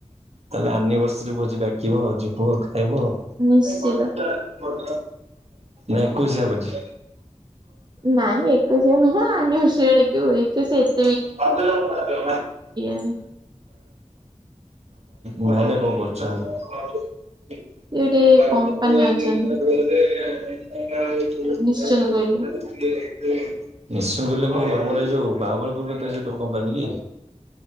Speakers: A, on the right; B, on the right.
A: ତାହଲେ ଆନିଭର୍ସରୀ ଭୋଜି ଡାକିବ ଆଉ ଯିବୁ ଆଉ ଖାଇବୁ ଆଉ।
B: ନିଶ୍ଚିତ।
A: ନା ଏକୋଇଶିଆ ଭୋଜି?
B: ନାଇଁ ଏକୋଇଶିଆ ନୁହଁ ଆନିଭର୍ଷରି ରେ ଡାକିବୁ ଏବେ ସେ ଏତ୍
A: <unintelligible> ଆଉ ଭାଇ
B: ନାହିଁ
A: ଭାଇନା କଣ କରୁଚନ୍ତି? <unintelligible> <unintelligible> ଆମର
B: ସେ ଗୋଟେ କମ୍ପାନୀ ଅଛନ୍ତି ନିଶ୍ଚିନ୍ତ କୋଇଲି
A: ଏଇ ଯୋଉ ବାହାବଳପୁର <unintelligible> କମ୍ପାନୀ କି।